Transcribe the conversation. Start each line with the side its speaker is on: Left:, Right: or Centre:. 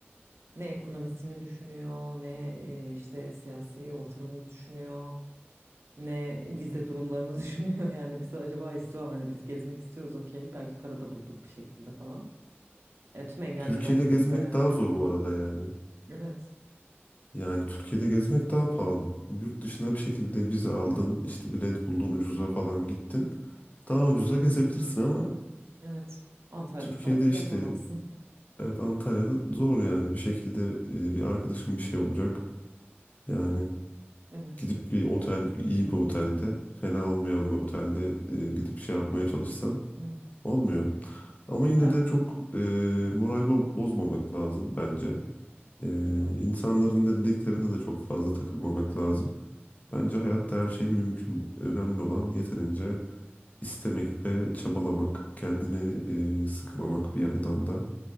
Right: Ne ekonomisini düşünüyor, ne e, işte siyasi ortamını düşünüyor, ne vize durumlarını <laughs> düşünüyor. Yani bizi acaba istiyor mu? Hani biz gezmek istiyoruz okey. Belki para da bulduk bir şekilde falan. E, tüm engelleri
Left: Türkiye'de
Right: aştık
Left: gezmek
Right: da yani.
Left: daha zor bu arada yani.
Right: Evet,
Left: Yani Türkiye'de gezmek daha pahalı. Yurt dışına bir şekilde vize aldın, işte bilet buldun ucuza falan gittin. Daha ucuza gezebilirsin ama
Right: evet. Antalya'da
Left: Türkiye'de
Right: tatil
Left: işte
Right: yapamazsın.
Left: evet Antalya'da zor yani bir şekilde e, bir arkadaşım bir şey olacak. Yani
Right: Evet,
Left: Gidip bir otel, iyi bir otelde, fena olmayan bir otelde e, gidip şey yapmaya çalışsan
Right: evet.
Left: olmuyor. Ama yine
Right: Ya
Left: de çok e, moral bo- bozmamak lazım bence. E,
Right: bilmiyorum.
Left: insanların ne dediklerine de çok fazla takılmamak lazım. Bence hayatta her şey mümkün. Önemli olan yeterince istemek ve çabalamak, kendini e, sıkmamak bir yandan da.